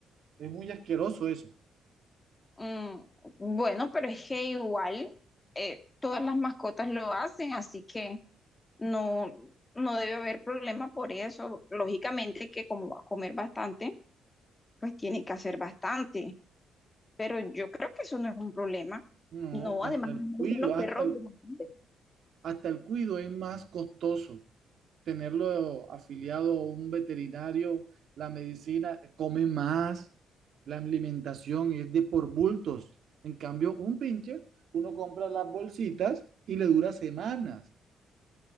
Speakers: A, on the right (about 65°); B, on the left (about 20°).
A: es muy asqueroso eso.
B: Mm, bueno, pero es que igual eh, todas las mascotas lo hacen, así que no, no debe haber problema por eso. Lógicamente que como va a comer bastante. pues tiene que hacer bastante, pero yo creo que eso no es un problema.
A: No,
B: No,
A: hasta
B: además a
A: el
B: mí
A: cuido,
B: me gustan los
A: hasta
B: perros.
A: el,
B: bastante.
A: hasta el cuido es más costoso. tenerlo afiliado a un veterinario, la medicina, come más, la alimentación es de por bultos. En cambio, un pincher, uno compra las bolsitas y le dura semanas.